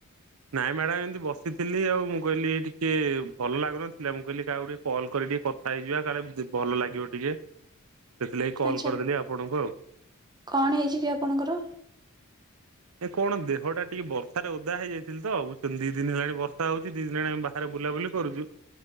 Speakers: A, on the right; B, on the right.
A: ନାଇଁ ମ୍ୟାଡ଼ାମ ଏମିତି ବସିଥିଲି ଆଉ ମୁଁ କହିଲି ଟିକେ ଭଲ ଲାଗୁନଥିଲା ମୁଁ କହିଲି କାକୁ ଟିକେ କଲ୍ କରି ଟିକେ କଥା ହେଇଯିବା କାଳେ ଭଲ ଲାଗିବ ଟିକେ ସେଥିଲାଗି କଲ୍
B: ଆଚ୍ଛା
A: କରିଦେଲି ଆପଣଙ୍କୁ ଆଉ।
B: କଣ ହେଇଛି କି ଆପଣଙ୍କର?
A: ଏ କଣ ଦେହ ଟା ଟିକେ ବର୍ଷାରେ ଓଦା ହେଇଯାଇଥିଲି ତ ଦି ଦିନ ହେଲାଣି ବର୍ଷା ହଉଛି ଦି ଦିନ ହେଲାଣି। ବାରେ ବୁଲାବୁଲି କରୁଛୁ